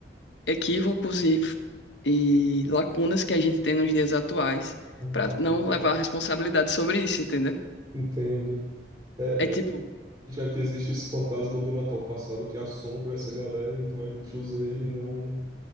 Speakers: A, on the left; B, on the right.
A: equívocos e, e lacunas que a gente tem nos dias atuais,
B: Ah, Entendo.
A: para não levar a responsabilidade sobre isso, entendeu?
B: Entendo. É,
A: É tipo,
B: já que existe esse fantasma do Natal passado que assombra essa galera, então a gente usa ele, não